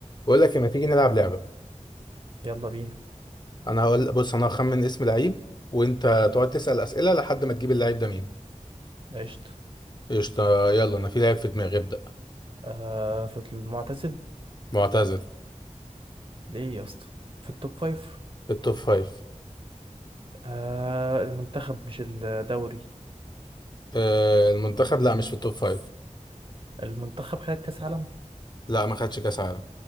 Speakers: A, on the left; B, on the right.
A: بقول لك ما تيجي نلعب لعبة
B: يلا بينا
A: انا هقول بص انا هخمن اسم لعيب وانت تقعد تسأل أسئلة لحد ما تجيب اللعيب ده مين
B: قشطة
A: قشطة يلا انا في لعيب في دماغي ابدأ
B: آه في المعتزل
A: معتزل
B: ليه يا اسطى في التوب فايف
A: في التوب فايف
B: آه المنتخب مش الدوري
A: آه المنتخب لا مش في التوب فايف
B: المنتخب خد كأس عالم
A: لا ما خدش كاس عالم